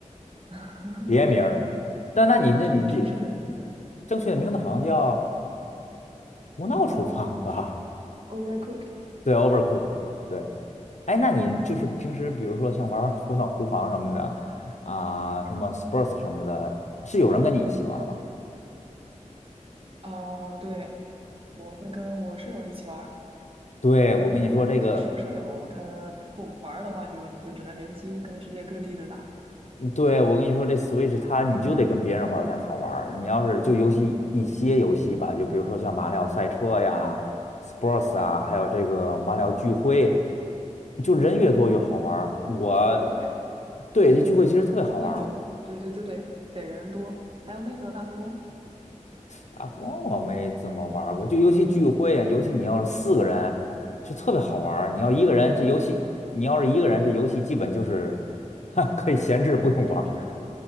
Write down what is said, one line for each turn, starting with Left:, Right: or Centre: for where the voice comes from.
Right: <laughs>
Left: 别名儿。但那你这你这
Right: 正正确的名字，
Left: 正确的名字好像叫《胡闹厨房》吧？
Right: 胡闹厨房还是 Overcooked。
Left: 对，Overcooked。对，哎，那你就是平时比如说像玩儿《胡闹厨房》什么的啊、什么 Sports 什么的，是有人跟你一起玩儿吧？
Right: 啊，对，我会跟我舍友一起玩儿，
Left: 对，我跟你说这个
Right: 但是有的时候舍友他不不玩儿的话就，你就只能联机跟世界各地的打。
Left: 对，我跟你说，这 Switch 它你就得跟别人玩儿才好玩儿。你要是就尤其一些游戏吧，就比如说像马里奥赛车呀、Sports 啊，还有这个马里奥聚会，就人越多越好玩儿。我
Right: 聚会我没有
Left: 对这聚会其实特别好玩儿，
Right: 啊，有，对对对对，得人多，还有那个大富翁，
Left: 大富翁我没怎么玩儿过，就尤其聚会啊，尤其你要是四个人就特别好玩儿。你要一个人，
Right: 对对对，
Left: 这游戏你要是一个人，这游戏基本就是 <laughs> 可以闲置不用玩。
Right: 闲置了，